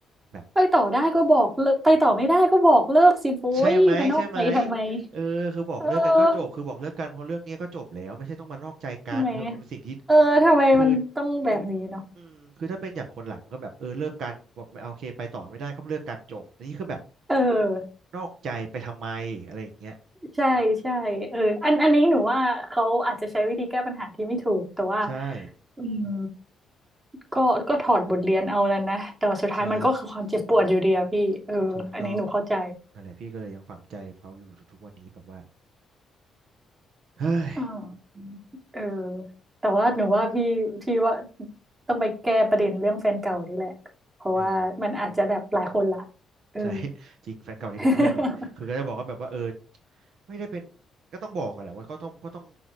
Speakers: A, on the right; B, on the right.
A: แบบ
B: ไปต่อได้ก็บอกเลิกไปต่อไม่ได้ก็บอกเลิกสิโว้ยมันนอกใจทำไม
A: ใช่ไหมใช่ไหมเออคือบอกเลิกกันก็จบคือบอกเลิกกันเพราะเรื่องเนี้ยก็จบแล้วไม่ใช่ต้องมานอกใจกันคือมันเป็นสิ่งที่
B: เออใช่ไหมเออทำไมมันต้องแบบนี้เนาะ
A: คือ อืมคือถ้าเป็นอย่างคนหลังมันก็แบบเออเลิกกันแบบไม่เอาโอเคไปต่อไม่ได้ก็เลิกกันจบแต่นี่คือแบบ
B: เออ
A: นอกใจไปทำไมอะไรอย่างเงี้ย
B: ใช่ใช่เอออันอันนี้หนูว่าเขาอาจจะใช้วิธีแก้ปัญหาที่ไม่ถูกแต่ว่า
A: ใช่
B: อืมก็ก็ถอดบทเรียนเอาแล้วนะแต่ว่าสุดท้ายมันก็คือความเจ็บปวดอยู่ดีอะพี่เอออันนี้หนูเข้าใจ
A: ใช่ถูกต้องนั่นแหละพี่ก็เลยยังฝังใจเขาอยู่ทุกๆวันนี้แบบว่าเฮ้ย
B: อ่าวเออแต่ว่าหนูว่าพี่พี่ว่าต้องไปแก้ประเด็นเรื่องแฟนเก่านี่แหละเพราะว่ามันอาจจะแบบหลายคนละ
A: เออ
B: เออ
A: ใช่ <laughs> จริงแฟนเก่าที่เป็นเพื่อนเนี่ยคือก็จะบอกก็แบบว่าเออ
B: <laughs>
A: ไม่ได้เป็นก็ต้องบอกอะแหละว่าก็ต้องก็ต้อง